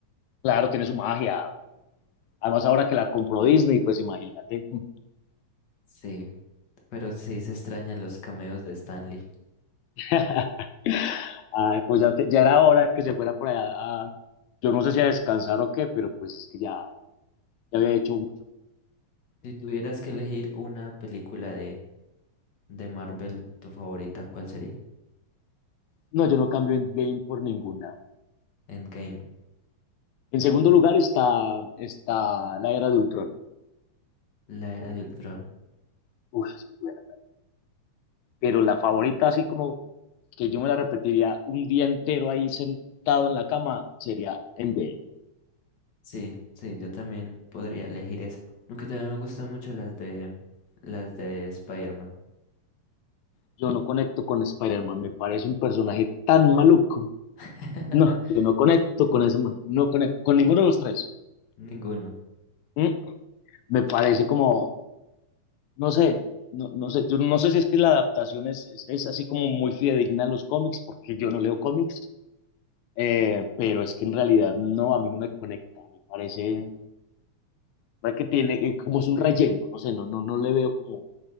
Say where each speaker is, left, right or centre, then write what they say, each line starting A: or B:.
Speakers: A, on the left (about 80°); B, on the left (about 55°).
A: Claro, tiene su magia. Además, ahora que la compró Disney, pues imagínate.
B: Sí, pero sí se extrañan los cameos de Stanley.
A: <laughs> Ay, pues ya, te- ya era hora que se fuera por allá a- yo no sé si a descansar o qué, pero pues es que ya Ya había hecho. mucho.
B: Si tuvieras que elegir una película de, de Marvel, tu favorita, ¿cuál sería?
A: No, yo no cambio en game por ninguna.
B: Endgame
A: En
B: y
A: segundo lugar está, está la era de Ultrón
B: La Era de Ultron.
A: Uf, es muy buena. Pero la favorita, así como que yo me la repetiría un día entero ahí sentado en la cama, sería Endgame.
B: Sí, sí, yo también podría elegir esa. Aunque también me gustan mucho las de las de Spider-Man.
A: Yo no conecto con Spider-Man, me parece un personaje tan maluco.
B: <laughs>
A: No, yo no conecto con ese man, no conecto con ninguno de los tres.
B: Ninguno.
A: Mm, Me parece como, no sé, no, no sé, yo no sé si es que la adaptación es, es, es así como muy fidedigna a los cómics, porque yo no leo cómics, Eh, pero es que en realidad no, a mí no me conecta, me parece, parece que tiene, eh, como es un relleno, no sé, no, no, no le veo como